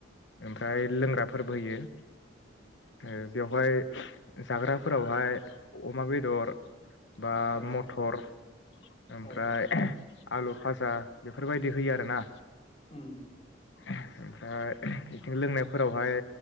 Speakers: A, on the left; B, on the left.
A: ओमफ्राय लोंग्राफोरबो होयो । ओ बेवहाय जाग्राफोरावहाय अमा बेदर बा
B: औ
A: मटर ओमफ्राय
B: औ
A: आलु फाजा बेफोरबायदि होयो आरोना
B: उम ।
A: ओमफ्राय ओहोम बिथिं लोंनायफोरावहाय